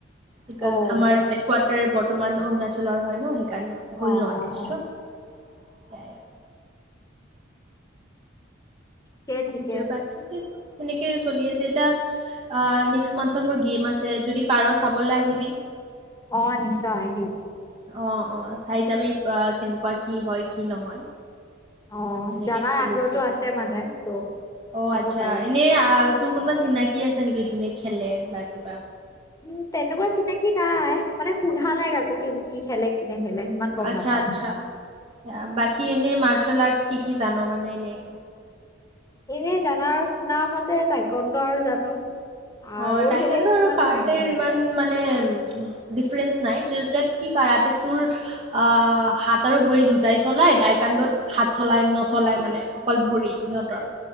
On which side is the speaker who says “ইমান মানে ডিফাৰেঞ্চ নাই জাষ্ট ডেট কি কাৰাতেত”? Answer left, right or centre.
Right